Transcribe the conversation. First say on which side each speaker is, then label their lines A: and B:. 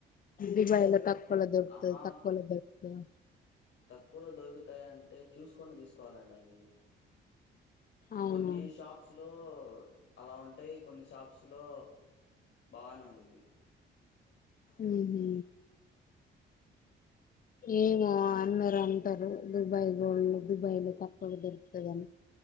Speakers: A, on the left (about 45°); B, on the left (about 70°).
A: దుబాయ్ లో తక్కువ తక్కువ లో దొరుకుతది
B: ఆహా
A: తక్కువ లో దొరుక్తది అని
B: తక్కువలో దొరుకుతాయంటే చూసుకొని తీసుకోవాలండి అవి
A: అవునా
B: కొన్ని షాప్స్ లో అలా ఉంటాయి కొన్ని షాప్స్ లో బానే ఉండిద్ది.
A: ఊహు ఏమో అందరు అంటారు దుబాయ్ గోల్డ్ దుబాయ్ లో తక్కుగా దొరుకుతది అని